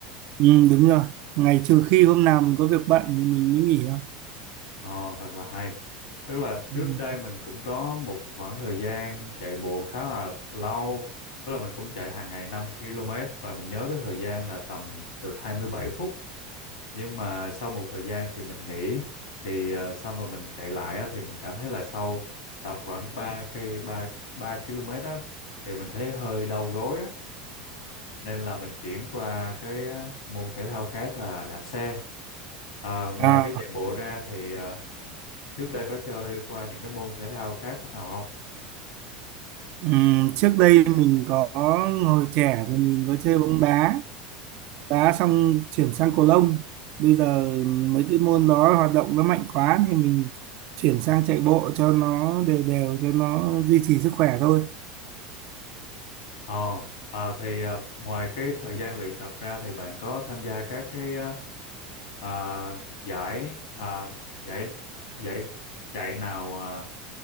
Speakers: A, on the right; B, on the left.
A: ừ, đúng rồi ngày trừ khi hôm nào mình có việc bận thì mình mới nghỉ thôi
B: Ồ, thật là hay. Tức là trước
A: ừ.
B: đây mình cũng có một khoảng thời gian chạy bộ khá là lâu. Tức là mình cũng chạy hàng ngày 5 km và mình nhớ cái thời gian là tầm được 27 phút. nhưng mà sau một thời gian thì mình nghỉ thì ờ, xong rồi mình chạy lại á, thì mình cảm thấy là sau tầm khoảng 3 cây 3 3 km á thì mình thấy hơi đau gối á nên là mình chuyển qua cái ờ, môn thể thao khác là đạp xe Ờ, ngoài
A: à,
B: cái chạy bộ ra thì ờ, trước đây có chơi qua những cái môn thể thao khác nào không?
A: ừ, trước đây mình có hồi trẻ thì mình có chơi bóng đá đá xong chuyển sang cầu lông bây giờ mấy cái môn đó hoạt động nó mạnh quá thì mình chuyển sang chạy bộ cho nó đều đều cho nó duy trì sức khỏe thôi
B: Ờ, ờ, thì ờ, ngoài cái thời gian luyện tập ra thì bạn có tham gia các cái ờ, Ờ, giải ờ, giải giải chạy nào ờ,